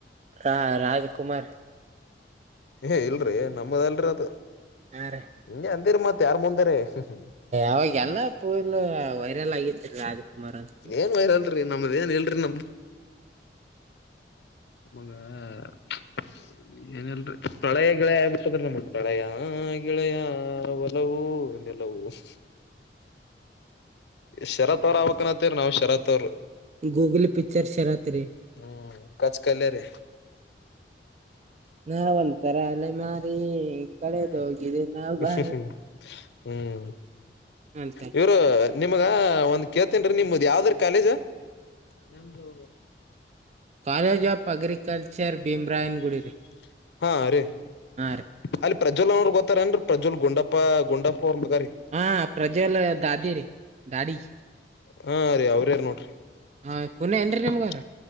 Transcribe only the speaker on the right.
ಆ ರಾಜಕುಮಾರ್
ಹಾ ರೀ
ಅವಾಗ ಎಲ್ಲಾ ಪೂಲ್ ವೈರಲ್ ಆಗಿತ್ರಿ ರಾಜ್ಕುಮಾರ್ ಅಂತ
ಗೂಗಲ್ ಪಿಕ್ಚರ್ ಶರತ್ರಿ
ನಾ
ಒಂತರ
ಮಾರಿ
ಕಳೆದ
ಹೋಗಿದೆ ನಾ
ಬಾರಿ
ಅಂತ
college
agriculture
Bhimrayan
ಗುಡಿ ರೀ
ರೀ
ಹಾ
ಪ್ರಜ್ವಲ್ ದಾದಿ ರೀ ದಾಡಿ
ಹ ಕುನ ಏನ್ರೀ ನಿಮ್ಗಾರ